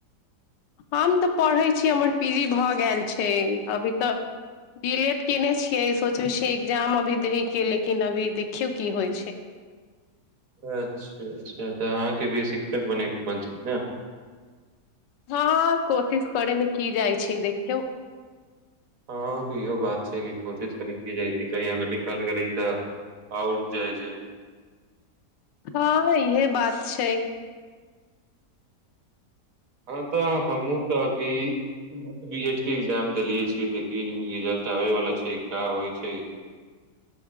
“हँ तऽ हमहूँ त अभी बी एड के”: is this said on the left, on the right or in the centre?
Right